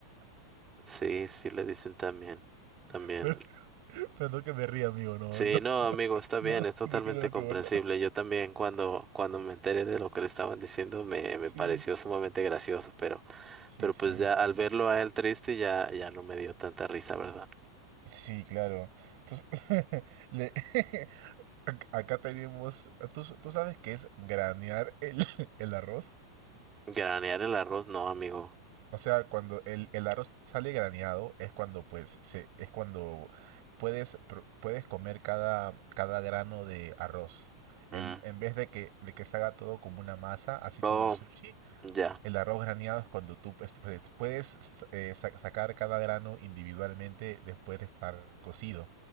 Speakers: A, on the right; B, on the right.
A: Sí, sí, le dicen también, también.
B: Pero, <laughs> pero no que me ría, amigo. No,
A: Sí,
B: no.
A: no,
B: <laughs>
A: amigo, está bien,
B: No,
A: es totalmente
B: no quiero
A: comprensible.
B: que burlar.
A: Yo también cuando, cuando me enteré de lo que le estaban diciendo me, me
B: Sí,
A: pareció sumamente gracioso, pero,
B: sí,
A: pero
B: sí.
A: pues ya al verlo a él triste ya, ya no me dio tanta risa, ¿verdad?
B: Sí, claro. Entonces, <laughs> le- <laughs> ac- acá tenemos... ¿Tú, tú sabes qué es granear el, <laughs> el arroz?
A: Granear el arroz, no, amigo.
B: O sea, cuando el, el arroz sale graneado es cuando pues se, es cuando puedes, pro- puedes comer cada, cada grano de arroz. En,
A: Mm.
B: en vez de que, de que se haga todo como una masa, así
A: Oh,
B: como el sushi,
A: ya,
B: el arroz graneado es cuando tú pues, pues, puedes s- eh, sa- sacar cada grano individualmente después de estar cocido.